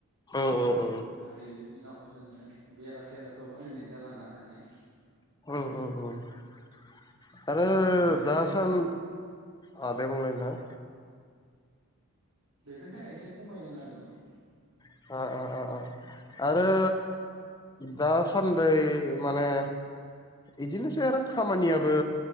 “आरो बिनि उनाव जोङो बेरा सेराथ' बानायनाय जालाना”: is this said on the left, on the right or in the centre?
Right